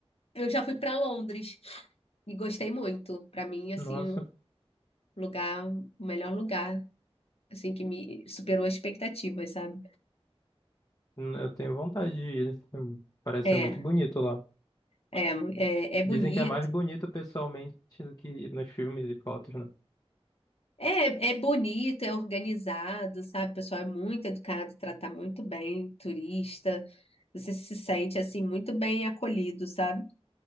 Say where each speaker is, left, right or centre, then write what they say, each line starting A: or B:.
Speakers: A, on the left; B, on the left.
A: eu já fui para Londres e gostei muito. Para mim, assim,
B: Nossa,
A: o lugar, o melhor lugar, assim, que me superou as expectativas, sabe?
B: eu tenho vontade de ir. né, Parece
A: É,
B: ser muito bonito lá.
A: é, é, é bonito.
B: Dizem que é mais bonito pessoalmente do que nos filmes e fotos, né?
A: É, é bonito, é organizado, sabe? O pessoal é muito educado, trata muito bem turista. Você se sente assim muito bem acolhido, sabe?